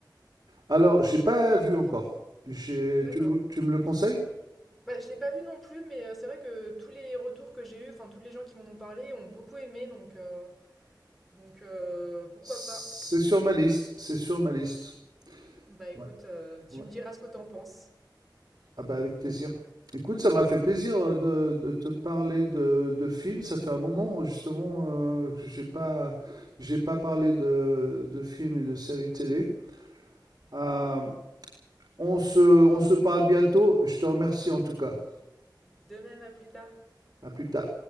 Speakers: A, on the right; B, in the centre.
A: Alors, j'ai pas vu encore. J'ai-
B: D'accord.
A: Tu me, tu me le conseilles?
B: Bah, je l'ai pas vu non plus, mais heu, c'est vrai que tous les retours que j'ai eus, enfin, tous les gens qui m'en ont parlé ont beaucoup aimé, donc heu donc heu, pourquoi
A: C'est
B: pas?
A: sur ma liste, c'est sur ma liste.
B: Bah, écoute,
A: Ouais,
B: heu, tu
A: ouais.
B: me diras ce que t'en penses.
A: Ah bah avec plaisir. Écoute, ça m'a fait plaisir euh, de, de te parler de, de films. Ça fait un moment justement euh, que j'ai pas, j'ai pas parlé de, de films et de séries télé. Euh, on se, on se parle bientôt. Je te remercie en tout cas.
B: De même, à plus tard.
A: À plus tard.